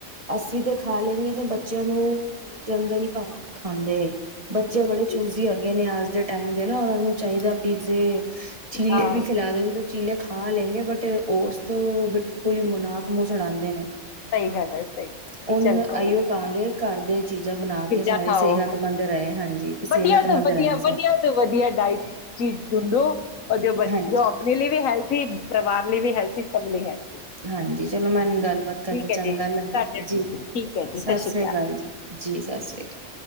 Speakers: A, on the right; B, on the left.
A: ਅੱਸੀ ਤੇ ਖਾ ਲੈਂਣੈ ਬੱਚਿਆਂ ਨੂੰ ਦੇਂਦੇ ਨੀ ਖਾਂਦੇ ਬੱਚੇ ਬੜੇ
B: ਕੋਈ
A: ਚੂਜੀ ਹੋਗੇ ਨੇ ਅ ਟਾਈਮ ਦੇ ਨਾ ਉਹਨੂੰ ਚਾਹੀਦਾ ਪਿਜ਼ੇ ਚੀਲੇ
B: ਹਾਂ
A: ਵੀ ਚੀਲੇ ਖਾ ਲੈਂਗੇ ਬਟ ਓਟਸ ਤੋਂ ਬਿਲਕੁਲ ਹੀ ਨੱਕ ਮੂੰਹ ਚੜਾਦੇ ਨੇ
B: ਸਹੀ ਗੱਲ ਹੈ, ਸਹੀ
A: ਉਹਨ
B: ਚੱਲ
A: ਇਹੀਓ
B: ਕੋਈ ਨੀ
A: ਕਹਾਂਗੇ ਘਰ ਦੇ ਚੀਜ਼ਾਂ ਬਣਾ
B: ਚੀਜ਼ਾਂ
A: ਕੇ ਸਾਰੇ
B: ਖਾਓ
A: ਸਿਹਤਮੰਦ ਰਹੇ ਹਾਂਜੀ ਸਿਹਤਮੰਦ
B: ਵਧੀਆ ਤੋਂ ਵਧੀਆ
A: ਰਹੇ ਸਭ
B: ਵਧੀਆ ਤੋਂ ਵਧੀਆ ਡਾਇਟ ਚੀ ਡੂਡੋ ਜੋ ਬਚ
A: ਹਾਂਜੀ
B: ਜੋ ਆਪਣੇ ਲਈ ਵੀ ਹੈਲਥੀ ਪਰਵਾਰ ਵੀ ਹੈਲਥ <unintelligible> ਹੈ
A: ਹਾਂਜੀ ਚਲੋ ਮੈਂ ਗੱਲ ਬਾਤ ਕਰਦੇ
B: ਹੈ
A: ਚੰਗਾ
B: ਜੀ
A: ਲੱਗਿਆ,
B: ਸਾਡੇ ਠੀਕ
A: ਜੀ
B: ਹੈ ਜੀ
A: ਸਤਿ
B: ਸ਼੍ਰੀ
A: ਸ੍ਰੀ ਅਕਾਲ ਜੀ, ਜੀ ਸਤਿ ਸ੍ਰੀ ਅਕਾਲ।